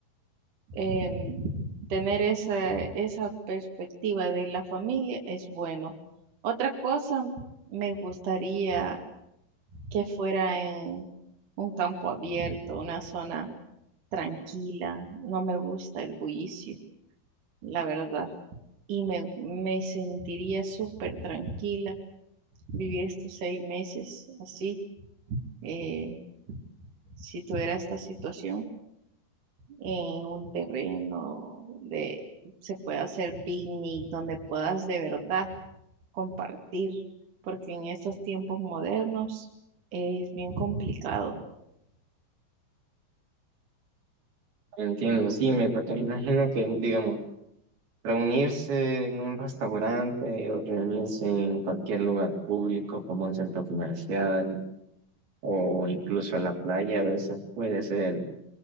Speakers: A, on the right (about 55°); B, on the right (about 75°).
A: em, tener esa, esa perspectiva de la familia es bueno. Otra cosa, me gustaría que fuera en un campo abierto, una zona tranquila. No me gusta el bullicio, la verdad. y me, me sentiría súper tranquila vivir estos seis meses así, eh, si tuviera esta situación en un terreno donde se pueda hacer picnic, donde puedas de verdad compartir, porque en estos tiempos modernos es bien complicado.
B: Entiendo, sí, me, porque me imagino que, digamos, reunirse en un restaurante o reunirse en cualquier lugar público como un centro comercial o incluso a la playa a veces puede ser